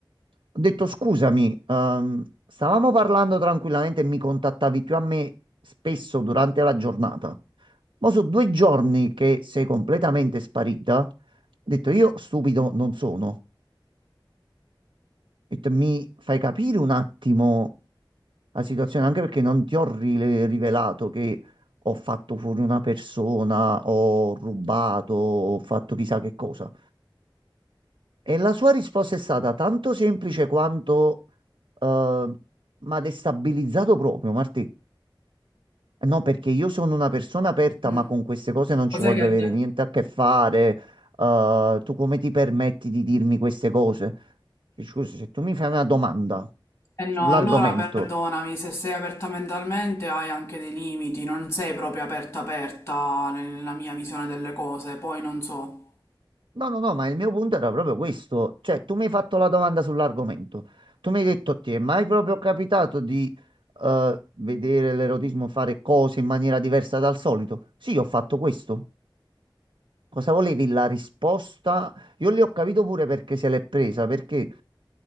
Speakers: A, on the right (about 70°); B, on the left (about 45°).
A: Ho detto, scusami, ehm, stavamo parlando tranquillamente e mi contattavi più a me spesso durante la giornata. Ma sono due giorni che sei completamente sparita. Ho detto, io stupido non sono. Ho detto, mi fai capire un attimo la situazione, anche perché non ti ho rile- rivelato che ho fatto fuori una persona, ho rubato, ho fatto chissà che cosa. E la sua risposta è stata tanto semplice quanto, eh, ma destabilizzato proprio, Martì. Eh, No, perché io sono una persona aperta,
B: Mm.
A: ma con queste cose non
B: Cos'è
A: ci voglio
B: che...
A: avere niente a che fare. Eh, tu come ti permetti di dirmi queste cose? E Scusa, se tu mi fai una domanda
B: Eh no,
A: sull'argomento.
B: allora perdonami, se sei aperta mentalmente hai anche dei limiti, non sei proprio aperta aperta nella mia visione delle cose, poi non so.
A: No, no, no, ma il mio punto era proprio questo. Cioè, tu mi hai fatto la domanda sull'argomento. Tu mi hai detto, ti è mai proprio capitato di eh, vedere l'erotismo fare cose in maniera diversa dal solito? Sì, ho fatto questo. Cosa volevi la risposta? Io lì ho capito pure perché se l'è presa, perché